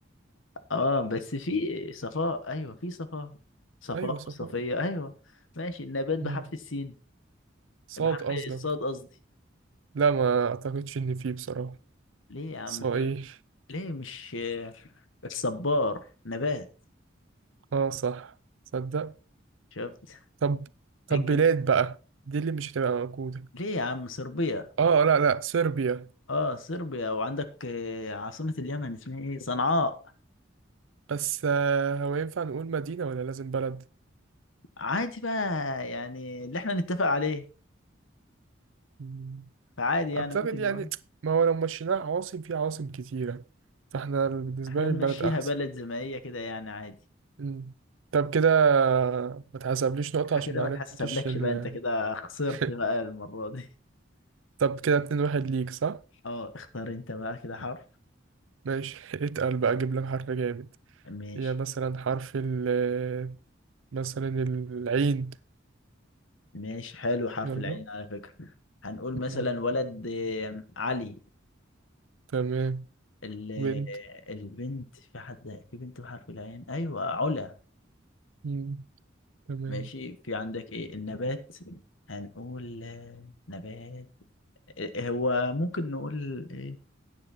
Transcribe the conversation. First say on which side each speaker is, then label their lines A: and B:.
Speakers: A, on the left; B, on the right.
A: اه بس في صفاء ايوه في صفاء صفاء
B: ايوه صفاء
A: وصفية ايوه ماشي النبات بحرف
B: مم.
A: السين
B: صاد
A: بحرف
B: قصدك
A: الصاد قصدي
B: لا ما اعتقدش ان فيه بصراحة
A: ليه يا عم
B: صا
A: في
B: ايه
A: ليه مش الصبار نبات
B: اه صح تصدق
A: شفت
B: طب طب
A: الجم...
B: بلاد بقى دي اللي مش هتبقى موجودة
A: ليه يا عم صربيا
B: اه لا لا صربيا
A: اه صربيا وعندك آه، عاصمة اليمن اسمها ايه صنعاء
B: بس آه، هو ينفع نقول مدينة ولا لازم بلد
A: عادي بقى يعني اللي احنا نتفق عليه
B: مم،
A: فعادي يعني
B: أعتقد
A: ممكن
B: يعني
A: نقول
B: ما هو لو مشيناها عواصم في عواصم كتيرة فاحنا بالنسبة
A: احنا
B: لي
A: نمشيها
B: البلد أحسن
A: بلد زي ما هي كده يعني عادي
B: مم. طب كده ما تحسبليش نقطة
A: أنا
B: عشان
A: كده
B: ما
A: ما
B: عرفتش
A: تحسبلكش
B: ال...
A: بقى انت كده خسرت
B: <laughs>
A: بقى المرة دي
B: طب كده اتنين واحد ليك صح؟
A: اه اختار انت بقى كده حرف
B: ماشي <laughs> اتقل بقى أجيب لك حرف جامد
A: ماشي
B: يا مثلا حرف ال آه، مثلا العين
A: ماشي حلو حرف
B: يلا
A: العين على فكرة هنقول مثلا
B: مم.
A: ولد آه، علي
B: تمام
A: ال-
B: وانت
A: آه، البنت في حد في بنت بحرف العين ايوه علا
B: مم. تمام
A: ماشي في عندك ايه النبات هنقول آه، نبات آه، هو ممكن نقول ايه